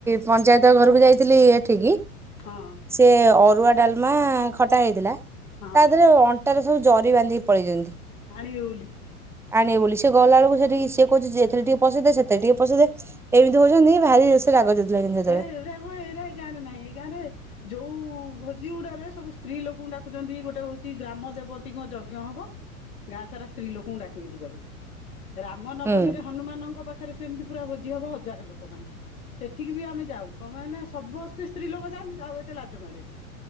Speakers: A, in the centre; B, on the left.
A: ପଞ୍ଚାୟତ ଘରକୁ ଯାଇଥିଲି ଏଠିକି
B: ହଁ
A: ସେ ଅରୁଆ। ଡାଲମା ଖଟା ହେଇଥିଲା ତା
B: ହଁ
A: ଦେହରେ ଅଣ୍ଟାରେ ସବୁ ଜରି ବାନ୍ଧିକି ପଳେଇଛନ୍ତି।
B: ଆଣିବେ ବୁଲି।
A: ଆଣିବେ ବୋଲି ସେଏ ଗଲା ବେକୁ ସେଠିକି ସିଏ କହୁଛି ଯେତଥିରେ ଟିକେ ପସେଇ ଦେ ସେଥିେରେ ଟିକେ ପସେଇ ଦେ। ଏମିତି ହଉଛନ୍ତି ଭାରି ସେ ରାଗ
B: <unintelligible>
A: ସେତେବେଳେ।
B: ଏଁ ଗାଁ ରେ ନାଇଁ ଏଁ ଗାଁ ରେ ଯୋଉଁ ହଉ ଭୋଜି ଗୁଡାରେ ସବୁ ସ୍ତ୍ରୀ ଲୋକଙ୍କୁ ଡାକୁଛନ୍ତି ଗୋଟେ ହଉଛି ଗ୍ରାମ ଦେବତୀଙ୍କ ଯଜ୍ଞ ହବ। ଗାଁ ସାରା ସ୍ତ୍ରୀ ଲୋକଙ୍କୁ ଡାକିବେ ଯିବାକୁ। ରାମ ନବମୀ
A: ହୁଁ
B: ରେ ହନୁମାନଙ୍କ ପାଖରେ ସେମିତି ପୁରା ଭୋଜି ହବ ହଜାର ଲୋକ ପାଇଁ ସେଠ ଠିକ ବି ଆମେ ଯାଉ କଣ ପାଈଁ ନା ସମସ୍ତେ ସ୍ତ୍ରୀ ଲୋକ ଯାଆନ୍ତି ତାପରେ ଏତେ ଲାଜ ମାଡ଼େନି।